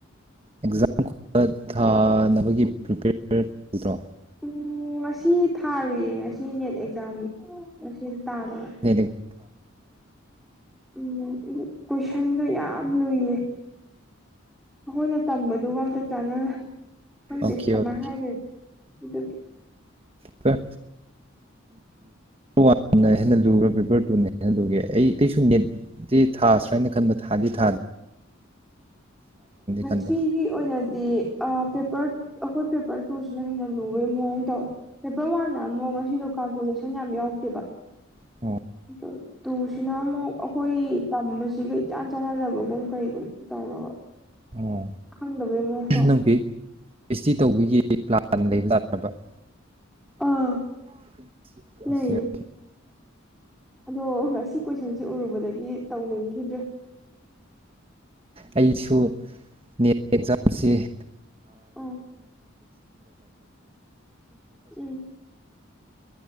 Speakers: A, on the right (about 30°); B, in the centre.
A: ꯑꯦꯛꯖꯥꯝ ꯒꯨꯝꯕ ꯊꯥꯅꯕꯒꯤ ꯄ꯭ꯔꯤꯄꯦꯌꯔ ꯇꯧꯗ꯭ꯔꯣ
B: ꯎꯝ ꯉꯁꯤ ꯊꯥꯔꯨꯏꯌꯦ ꯉꯁꯤ ꯅꯦꯠ ꯑꯦꯛꯖꯥꯝ ꯉꯁꯤ ꯇꯥꯗꯅ
A: <inaudible>
B: ꯎꯝ ꯀꯣꯏꯁꯟꯗꯣ ꯌꯥꯝ ꯂꯨꯏꯌꯦ ꯑꯩꯈꯣꯏꯅ ꯇꯝꯕꯗꯨꯒ ꯑꯝꯇ ꯆꯥꯟꯅ ꯈꯪꯗꯦ
A: ꯑꯣꯀꯦ
B: ꯀꯃꯥꯏꯅ
A: ꯑꯣꯀꯦ
B: ꯍꯥꯏꯗꯣꯐꯅꯣ ꯑꯗꯨꯒꯤ <inaudible>
A: ꯄꯦꯄꯔ ꯄꯦꯄꯔ ꯋꯥꯟꯅ ꯍꯦꯟꯅ ꯂꯨꯔꯦ ꯄꯦꯄꯔ ꯇꯨꯅ ꯍꯦꯟꯅ ꯂꯨꯒꯦ ꯑꯩ ꯑꯩꯁꯨ ꯅꯤꯠ ꯁꯤ ꯊꯥꯁ꯭ꯤꯔ ꯍꯥꯏꯅ ꯈꯟꯕ ꯊꯥꯗꯤ ꯊꯥꯗꯦ
B: ꯉꯁꯤꯒꯤ
A: ꯈꯟꯕ
B: ꯑꯣꯏꯅꯗꯤ ꯑꯥ ꯄꯦꯄꯔ ꯑꯩꯈꯣꯏ ꯄꯦꯄꯔ ꯇꯨꯁꯤꯅ ꯍꯦꯟꯅ ꯂꯨꯕꯩ ꯃꯑꯣꯡ ꯇꯧꯋꯦ ꯄꯦꯄꯔ ꯋꯥꯟꯅ ꯑꯃꯨꯛ ꯉꯁꯤꯗꯣ ꯀꯥꯜꯀꯨꯂꯦꯁꯟ ꯌꯥꯝ ꯌꯥꯎꯔꯛꯇꯦꯕ
A: ꯑꯣ
B: ꯑꯗꯣ ꯇꯨꯁꯤꯅ ꯑꯃꯨꯛ ꯑꯩꯈꯣꯏ ꯇꯝꯕꯁꯤꯒ ꯏꯆꯥꯟ ꯆꯥꯟꯅꯗꯕꯒꯨꯝ ꯀꯩꯒꯨꯝ ꯇꯧꯔꯕ
A: ꯑꯣ
B: ꯈꯪꯗꯕꯩ ꯃꯑꯣꯡ ꯇꯧ
A: ꯅꯪꯒꯤ ꯄꯤ <unintelligible> <inaudible>
B: ꯑꯥ ꯂꯩꯌꯦ ꯑꯗꯣ ꯉꯁꯤ ꯀꯣꯏꯁꯟꯁꯤ ꯎꯔꯨꯕꯗꯒꯤ ꯇꯧꯅꯤꯡꯈꯤꯗ꯭ꯔꯦ
A: ꯑꯩꯁꯨ <unintelligible> <unintelligible> <unintelligible> ꯊꯥꯒꯤꯅꯦ
B: ꯑꯥ ꯎꯝ